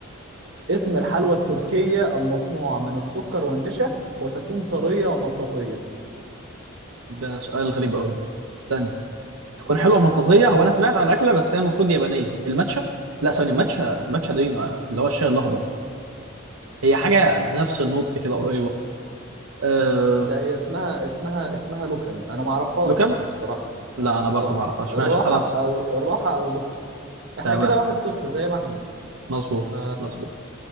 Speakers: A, on the right; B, on the right.
A: اسم الحلوى التركية المصنوعة من السكر والنشا وتكون طرية ومطاطية
B: ده سؤال غريب قوي استنى تكون حلوة مطاطية هو أنا سمعت عن أكلة بس هي المفروض يابانية الماتشا لا ثانية ماتشا ماتشا دي ما- اللي هو الشاي الأخضر هي حاجة بنفس النطق كده قريبة أه...
A: ده هي اسمها اسمها اسمها لوكم انا ما اعرفهاش
B: لوكم
A: يعني الصراحة
B: لا أنا برضه
A: اه
B: ما أعرفهاش
A: الراحة
B: ماشي خلاص
A: او الراحة او لوكم احنا
B: تمام
A: كده واحد صفر زي ما احنا
B: مظبوط
A: ف
B: مظبوط